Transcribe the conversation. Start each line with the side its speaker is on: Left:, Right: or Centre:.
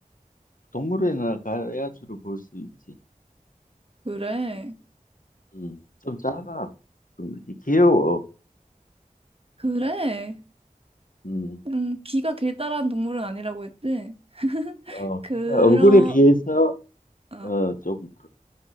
Left: 동물원이나 가야 주로 볼 수 있지.
Right: 그래.
Left: 음, 좀 작아. 좀 이렇게 귀여워.
Right: 그래.
Left: 음,
Right: 음, 귀가 길다란 동물은 아니라고 했지.
Left: 어,
Right: 그러,
Left: 걔가 얼굴에 비해서,
Right: 어.
Left: 어, 좀, 크-